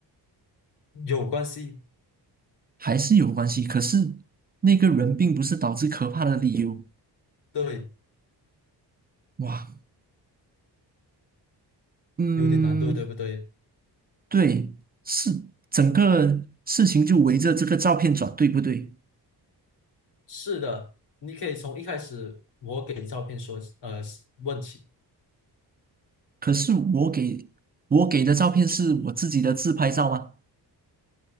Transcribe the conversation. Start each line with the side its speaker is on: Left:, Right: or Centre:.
Left: 有关系。
Right: 还是有关系，可是那个人并不是导致可怕的理由。
Left: 对，
Right: 哇，嗯，
Left: 有点难度，对不对？
Right: 对，是整个事情就围着这个照片转，对不对？
Left: 是的，你可以从一开始我给照片说，呃，问起。
Right: 可是我给我给的照片是我自己的自拍照吗？